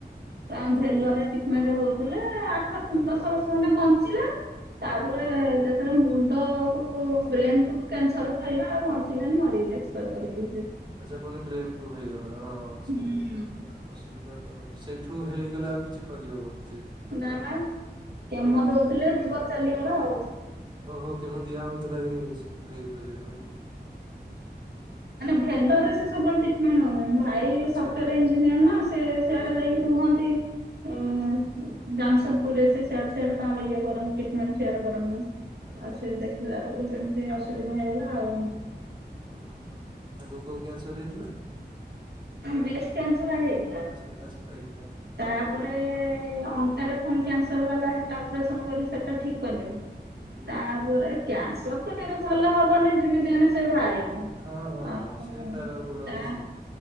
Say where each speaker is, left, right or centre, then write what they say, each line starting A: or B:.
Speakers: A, on the right; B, on the right.
A: ତା ଭେଲରରେ
B: ଆଜ୍ଞା
A: ଟ୍ରିଟିମେଣ୍ଟ ହଉଥିଲେ ଆଠ
B: ଆଜ୍ଞା।
A: ଦଶ ବର୍ଷ ଖଣ୍ଡେ ବଞ୍ଚିଲା
B: ଆଜ୍ଞା
A: ତାପରେ ଯେତେବେଳେ ମୁଁ ମୁଣ୍ଡ କୁ ବ୍ରେନ କୁ କ୍ୟାନସର ସେ।
B: ଆଛା ଯେ ପୁଣି ବ୍ରେନ କୁ ହେଇଗଲା ହଁ ସେ
A: ହୁଁ।
B: ଅସୁବିଧା ତ ସେଇଠୁ ହେଇଗଲେ ଆଉ କିଛି କରିହବନି। ସେଇଠି
A: ନା ନା କେମୋ
B: ଆଉ କିଛି
A: ଦଉଥିଲେ
B: କରିବା
A: ଜୀବନ ଚାଲିଗଲା ଆଉ
B: ଓହୋ କେମୋ ଦିଆ ହଉଥିଲା ହଁ ନେଇପାରିଲେନି ନାକି। କଣ
A: ଭେଲରରେ
B: କରିବା ଆଉ
A: ସେ ସବୁବେଳେ ଟ୍ରିଟିମେଣ୍ଟ ହୁଅନ୍ତି। ଭାଇ
B: ଆଚ୍ଛା
A: ସଫଟର ଇଞ୍ଜିନିୟର ନା ସେଆଡେ
B: ଆଜ୍ଞା
A: ଯାଇକି
B: ଆଜ୍ଞା
A: ରୁହନ୍ତି। ଓ ହୋ
B: ଆଜ୍ଞା
A: ଜାମସେଦପୁରରେ ସିଆଡ଼େ ସିଆଡ଼େ ତାଙ୍କର ଇଏ କରନ୍ତି ଟ୍ରିଟିମେଣ୍ଟ ସିଆଡେ କରନ୍ତି
B: ଆଛା
A: ଦେଖିଲା ବେଳେକୁ ଏମିତି ଅସୁବିଧା। ସୁବିଧା ହେଇଗଲା ଆଉ।
B: ଓହୋ ହୋ ତାଙ୍କୁ କୋଉଁ କ୍ୟାନସର ହେଇଥିଲା?
A: ବ୍ରେଷ୍ଟ କ୍ୟାନ୍ସର ହେଇଥିଲା।
B: ଆଚ୍ଛା ଆଚ୍ଛା ଆଜ୍ଞା ଆଜ୍ଞା
A: ତାପରେ ଅଣ୍ଟାରେ ଫୁଣି ପା ବାଲାଟା ଅପରେସନ କର ସେଟା ଠିକ କଲେ
B: ଆଜ୍ଞା
A: ତାପରେ କ୍ୟାନ୍ସର ଟିକେ ଭଲ ହବନି ଦିନେ ଦିନିନେ ସେ ବାହାରିବ
B: ହଁ ହଁ
A: ଆଉ
B: ହଁ ସେ ତାର ଗୁଣ ହିଁ ସେୟା।